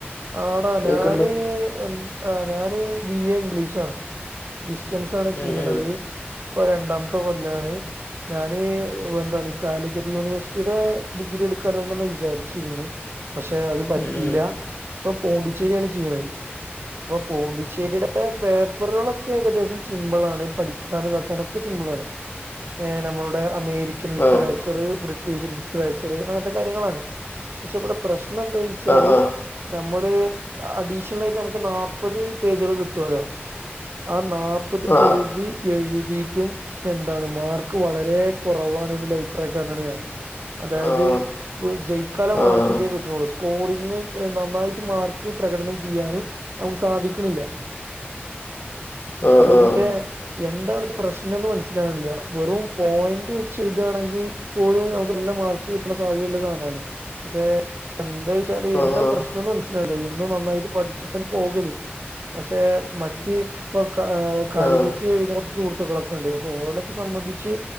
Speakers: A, on the right (about 65°); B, on the left (about 50°).
A: ആടാ
B: കേക്കണ്ട്
A: ഞാന് ആ ഞാന് ബി എ ഇംഗ്ലീഷ് ആണ് ഡിസ്റ്റൻസ് ആണ്
B: ഉം
A: ചെയ്യണത് ഇപ്പൊ രണ്ടാമത്തെ കൊല്ലാണ് ഞാന് എന്താണ് ഈ കാലിക്കറ്റ് യൂണിവേഴ്സിറ്റിയുടെ ഡിഗ്രി എടുക്കാണോന്നാണ് വിചാരിച്ചിനി പക്ഷെ അത് പറ്റിയില്ല
B: ഉം ഉം
A: ഇപ്പൊ പോണ്ടിച്ചേരിയാണ് ചെയ്യുന്നത് അപ്പൊ പോണ്ടിച്ചേരിയുടെ പേപ്പറുകളൊക്കെ ഏകദേശം സിമ്പിൾ ആണ് പഠിക്കാനും നോക്കാനൊക്കെ സിമ്പിൾ ആണ് നമ്മുടെ അമേരിക്ക രിക്ക ലിറ്ററേച്ചറ്
B: ഉം
A: ബ്രിട്ടീഷ് ലിറ്ററേച്ചറ് അങ്ങനത്തെ കാര്യങ്ങളാണ് പക്ഷെ ഇവിടെ പ്രശ്നം എന്ത വച്ചാല്
B: ആ
A: നമ്മള് അഡീഷണൽ ആയിട്ട് നമുക്ക് നാല്പത് പേജുകൾ കിട്ടുമല്ലോ ആ നാല്പ്പത്
B: ആ ആ ആ
A: പേജി എഴുതിട്ടും എന്താണ് മാർക്ക് വളരെ കുറവാാണ് ന്ന്ള്ള അഭിപ്രായക്കാരനാണ് ഞാൻ അതായത്
B: ആ
A: ജയിക്കാൻള്ള
B: ആ
A: മാർക്ക
B: ആ
A: ഒക്കെ കിട്ടുള്ളൂ സ്കോറിംഗ് നന്നായിട്ട് മാർക്ക് പ്രകടനം ചെയ്യാന് നമുക്ക് സാധിക്കുന്നില്ല
B: ആഹ്
A: അപ്പൊ
B: ആഹ്
A: ഇതിന്റെ എന്താണ് പ്രശ്നംന്ന് മനസ്സിലാവില്ല വെറും പോയിന്റ് വെച്ച് എഴ്തുകയാണെങ്കിൽ പോലും നമുക്ക് നല്ല മാർക്ക് കിട്ടുന്ന സാധ്യതയല്ല അതാണ് പക്ഷെ എന്താച്ചാല്
B: ആഹ്
A: എന്താ പ്രശ്നം എന്ന് മന ല്ല ഇന്നും നന്നായിട്ട് പഠിച്ചിട്ടും പോകല് പക്ഷെ മറ്റ് ഇപ്പൊ കാ കാലികത്ത്
B: ആഹ് ആഹ്
A: കുറച്ച് സുഹൃത്തുക്കളൊക്കെ ഇണ്ട് അപ്പൊ ഓലൊക്കെ സംബന്ധിച്ച്